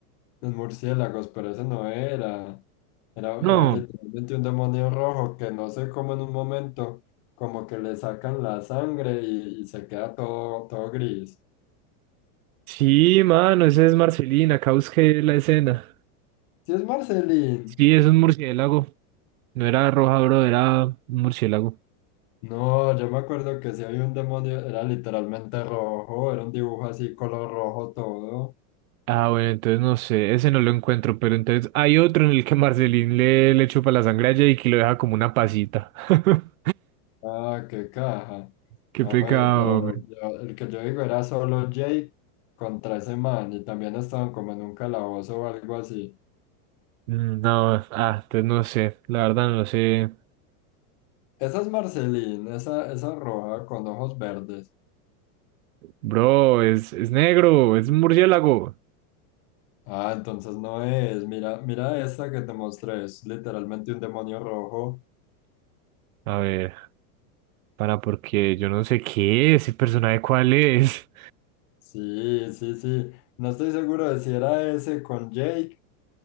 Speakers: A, on the left; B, on the right.
A: Los murciélagos, pero ese no era. Era,
B: No,
A: era literalmente un demonio rojo que no sé cómo en un momento como que le sacan la sangre y, y se queda todo, todo gris.
B: sí, mano, ese es Marcelina, acá busqué la escena.
A: Si es Marcelín.
B: Sí, es un murciélago. No era roja, bro, era un murciélago.
A: No, yo me acuerdo que si había un demonio, era literalmente rojo, era un dibujo así, color rojo todo.
B: Ah, bueno, entonces no sé, ese no lo encuentro, pero entonces hay otro en el que Marcelín le, le chupa la sangre a Jake y lo deja como una pasita. <laughs>
A: Ah, qué caja.
B: Qué
A: Oye,
B: pecado,
A: pero
B: hombre.
A: yo- el que yo digo era solo Jake contra ese man y también estaban como en un calabozo o algo así.
B: Mm, No, ah, entonces no sé, la verdad no lo sé.
A: Esa es Marceline, esa, esa roja con ojos verdes.
B: Bro, es, es negro, es un murciélago.
A: Ah, entonces no es. Mira, mira esta que te mostré. Es literalmente un demonio rojo.
B: A ver, para porque yo no sé qué es, el personaje cuál es.
A: Sí, sí, sí. No estoy seguro de si era ese con Jake.